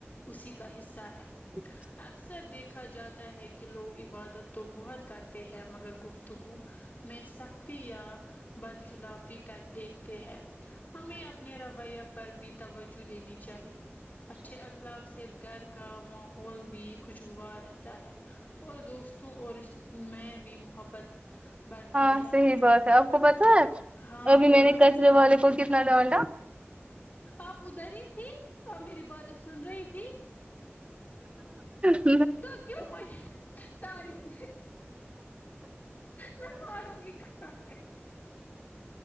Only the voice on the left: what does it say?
اسی کا حصہ ہے
اکثر دیکھا جاتا ہے کہ لوگ عبادت تو بہت کرتے ہیں مگر گفتگو میں سختی یا بدخلافی کر دیکھتے ہیں ہمیں اپ نے رویہ پر بھی توجہ دینی چاہیے اچھے اخلاق سے صرف گھر کا ماحول بھی خوشگوار رہتا ہے اور دوستوں اور رشتے میں بھی محبت بڑھتی
ہے
ہاں
بولو
آپ ادھر ہی تھی آپ میری باتیں سن رہی تھی
تو کیوں مجھے تعلیم میں ماروں گی قسم سے